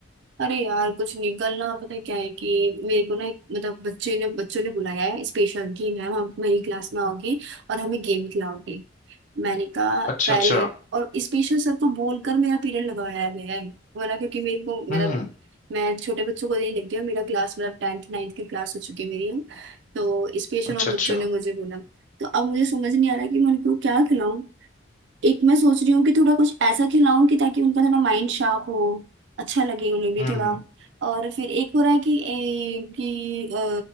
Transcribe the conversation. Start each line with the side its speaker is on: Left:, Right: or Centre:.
Right: अरे यार कुछ नहीं कल ना पता है क्या है कि मेरे को ना एक मतलब बच्चे ने बच्चों ने बुलाया है स्पेशल की मैम हम मेरी क्लास में आओगी और हमें गेम खिलाओगी मैंने कहा
Left: अच्छा
Right: पहले
Left: अच्छा
Right: और स्पेशल सर को बोलकर मेरा पीरियड लगवाया गया है वरना क्योंकि मेरे को
Left: हम्म
Right: मतलब मैं छोटे बच्चों को नहीं लिखती हूँ मेरा क्लास मतलब टेंथ नाइन्थ की क्लास हो चुकी है मेरी अब तो स्पेशल
Left: अच्छा
Right: उन
Left: अच्छा
Right: बच्चों ने मुझे बोला तो अब मुझे समझ नहीं आ रहा कि मैं उनको क्या खिलाऊं एक मैं सोच रही हूँ कि थोड़ा कुछ ऐसा खिलाऊं कि ताकि उनका थोड़ा माइंड शार्प हो अच्छा लगे उन्हें भी
Left: हम्म
Right: थोड़ा और फिर एक हो रहा है कि ए, कि अ,